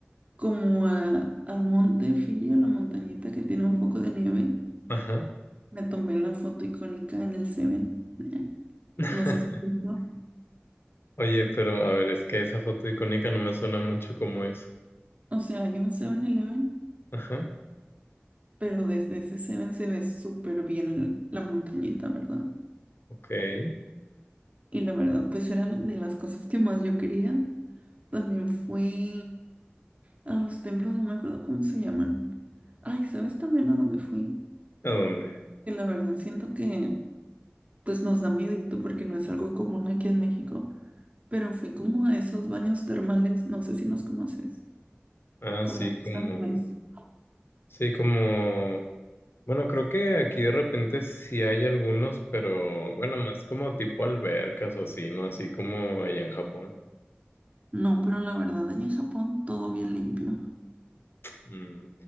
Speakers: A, on the right; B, on the left.
A: como a- al monte Fillo, la montañita que tiene un poco de nieve.
B: Ajá.
A: Me tomé la foto icónica en el Seven. Eh,
B: <laughs>
A: No sé si visto.
B: Oye, pero a ver, es que esa foto icónica no me suena mucho como es.
A: O sea, hay un Seven eleven
B: Ajá.
A: pero desde ese Seven se ve súper bien la montañita, ¿verdad?
B: Ok. ¿A
A: Y la verdad, pues era de las cosas que más yo quería. También fui a los templos, no me acuerdo cómo se llaman. Ay, ¿sabes también a dónde fui?
B: dónde?
A: Que la verdad siento que pues nos da miedito porque no es algo común aquí en México. Pero fui como a esos baños termales, no sé si los conoces.
B: Ah,
A: como
B: sí,
A: que
B: como,
A: está en México.
B: sí, como, bueno, creo que aquí de repente sí hay algunos, pero bueno, más como tipo albercas o así, ¿no? Así como allá en Japón.
A: No, pero la verdad, allá en Japón todo bien limpio.
B: Mm,